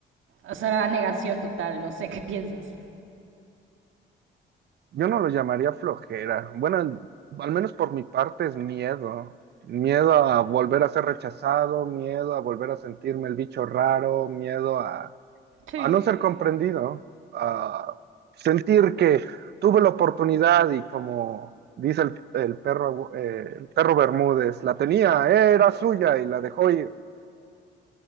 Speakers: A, on the right; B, on the right.
A: O sea, negación total, no sé qué <laughs> piensas.
B: Yo no lo llamaría flojera. Bueno, al menos por mi parte es miedo. Miedo a volver a ser rechazado, miedo a volver a sentirme el bicho raro, miedo a,
A: Sí.
B: a no ser comprendido, a sentir que tuve la oportunidad y como dice el, el perro, eh, el perro Bermúdez, la tenía, era suya y la dejó ir.